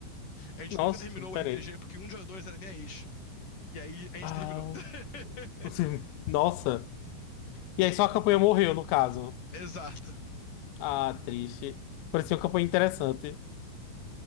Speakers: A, on the left (about 40°); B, on the left (about 75°).
A: A gente
B: Nossa,
A: nunca terminou
B: que diferente.
A: o RPG porque um de nós dois era minha ex. E aí a gente
B: Ah,
A: terminou. <laughs>
B: <laughs> nossa. E aí só a campanha morreu, no caso.
A: Exato.
B: Ah, triste. Parecia uma campanha interessante.